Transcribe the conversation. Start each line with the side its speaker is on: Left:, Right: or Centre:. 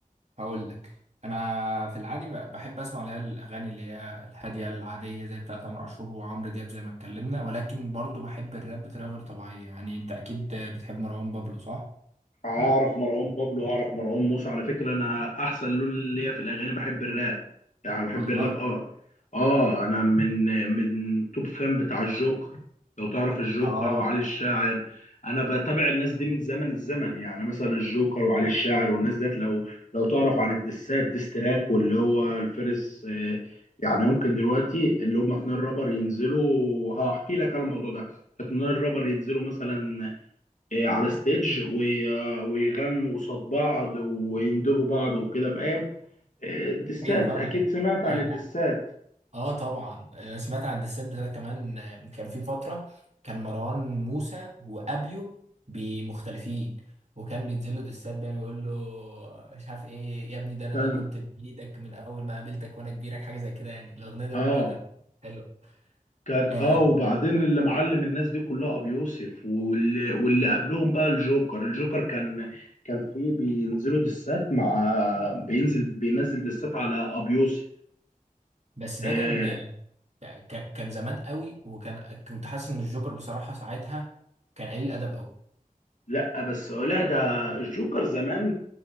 Right: هقول لك انا في العادي ب- بحب اسمع اللي هي الاغاني اللي هي الهاديه العاديه زي بتاعه تامر عاشور وعمرو دياب زي ما اتكلمنا ولكن برضو بحب الراب بطريقه غير طبيعيه يعني انت اكيد بتحب مروان بابلو صح
Left: اعرف مروان بابلو اعرف مروان موسى على فكره انا احسن لون ليا في الاغاني بحب الراب يعني بحب
Right: والله
Left: الراب اه اه انا من من توب فان بتاع الجوكر لو تعرف الجوكر
Right: اه
Left: وعلي الشاعر انا بتابع الناس دي من زمن الزمن يعني مثلا الجوكر وعلي الشاعر والناس ديت لو لو تعرف عن الدسات ديستراك واللي هو الفرس آه، يعني يمكن دلوقتي اللي هم اتنين رابر ينزلوا هحكي لك على الموضوع ده اتنين رابر ينزلوا مثلا آه، على ستيج وي- آه، ويغنوا قصاد بعض ويندبوا بعض وكده فاهم آه، الدسات
Right: ايوه فاهمك
Left: اكيد سمعت
Right: أ-
Left: عن الدسات
Right: اه طبعا انا سمعت عن الدسات بتاعت كمان آه، كان في فتره كان مروان موسى وابيو بمختلفين وكان بينزل له دسات بقى ويقول له مش عارف ايه يا ابني ده انا
Left: كان
Right: اللي كنت بايدك من اول ما قابلتك وانا كبيرك حاجه زي كده يعني الاغنيه دي
Left: اه
Right: برضه كانت حلوه
Left: كانت
Right: آه
Left: اه وبعدين اللي معلم الناس دي كلها ابو يوسف واللي, واللي قبلهم بقى الجوكر الجوكر كان كان فيه بينزلوا دسات مع بينزل بينزل دسات على ابو يوسف
Right: بس ده
Left: آه
Right: كان آه، ك- كان زمان قوي وكان كنت حاسس ان الجوكر بصراحه ساعتها كان قليل ادب قوي
Left: لا بس لا ده الجوكر زمان